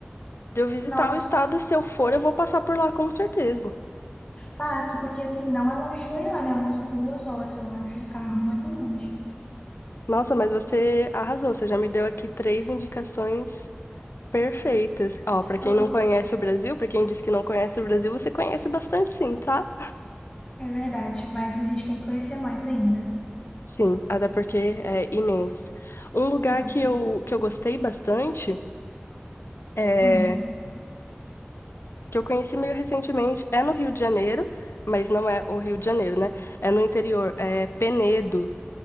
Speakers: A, on the left; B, on the left.
A: de eu visitar
B: Nossa,
A: o estado e se eu for, eu vou passar por lá com certeza.
B: passe, porque assim, não é longe de Goiânia, é umas duas horas, eu acho, de carro, não é tão longe.
A: Nossa, mas você arrasou, você já me deu aqui três indicações perfeitas. Ó, pra quem
B: Ah,
A: não conhece o Brasil, pra quem diz que não conhece o Brasil, você conhece bastante sim, tá?
B: é verdade, mas a gente tem que conhecer mais ainda.
A: Sim, até porque é imenso. Um lugar
B: Sim.
A: que eu, que eu gostei bastante. é
B: Hum.
A: que eu conheci meio recentemente é no Rio de Janeiro, mas não é o Rio de Janeiro, né? É no interior, é Penedo.